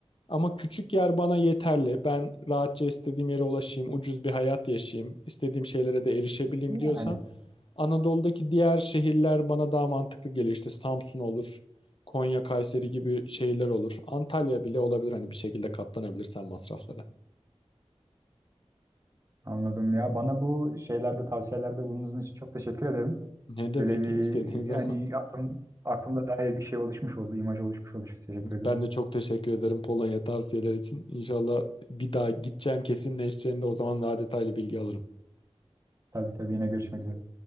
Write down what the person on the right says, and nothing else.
Yani
anladım ya. Bana bu şeylerde tavsiyelerde bulunduğunuz için çok teşekkür ederim.
Böyle bir
yani aklım, aklımda dair bir şey oluşmuş oldu, imaj oluşmuş oldu. Teşekkür ederim.
Tabii tabii yine görüşmek üzere.